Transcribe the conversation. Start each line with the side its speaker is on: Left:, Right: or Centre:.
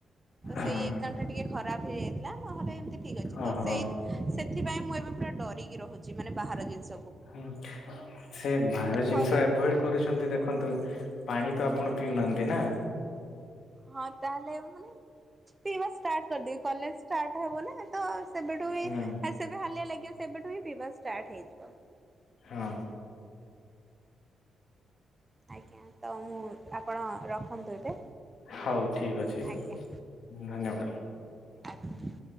Left: ହଁ
Right: ସେ ଏକ୍ସଯାମ ଟା ଟିକେ ଖରାପ ହେଇଯାଇଥିଲା ନହେଲେ ଏମତି ଠିକ ଅଛି ତ
Left: ଓହୋ
Right: ସେ ସେଥିପାଇଁ ମୁଁ ଏବେ ପୁରା ଡରିକି ରହୁଛି ମାନେ ବାହାର ଜିନିଷ
Left: ହୁଁ ସେ ଭଲ ଜିନିଷ
Right: ଘରେ
Left: ଏଭଏଡ କରୁଛନ୍ତି ଦେଖନ୍ତୁ ପାଣି ତ ଆପଣ ପିଉନାହାନ୍ତି ନାଁ।
Right: ହଁ ତାହେଲେ ମାନେ ପିଇବାଟ କରିଦେବି କଲେଜ ଟ ହବ ନାଁ ତ ସେବେଠୁ ହ
Left: ହୁଁ
Right: ସେବେ ହାଲିଆ ଲାଗିବ ସେବେଠୁ ହ ପିଇବା ଷ୍ଟାର୍ଟ ହେଇଯିବ।
Left: ହଁ।
Right: ଆଜ୍ଞା ତ ମୁଁ ଆପଣ ରଖ- <inaudible> ଏବେ
Left: ହଉ ଠିକ ଅଛି
Right: ଆଜ୍ଞା
Left: ଧନ୍ୟବାଦ।
Right: ଆଜ୍ଞା।